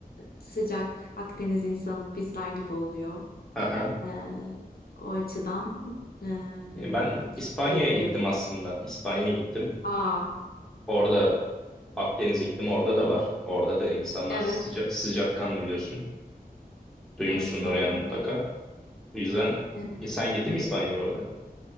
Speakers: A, on the left; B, in the centre.
A: sıcak Akdeniz insanı bizler gibi oluyor.
B: aha.
A: Ee, o açıdan ee,
B: E, Ben
A: çok
B: İspanya'ya
A: keyifli.
B: gittim aslında. İspanya'ya gittim.
A: Aa,
B: Orada Akdeniz iklimi orada da var. Orada da insanlar
A: evet.
B: sıca sıcakkanlı biliyorsun. Duymuşsundur
A: Evet, aynen
B: yani mutlaka.
A: öyle.
B: O yüzden
A: Evet.
B: E, sen gittin mi İspanya'ya bu arada?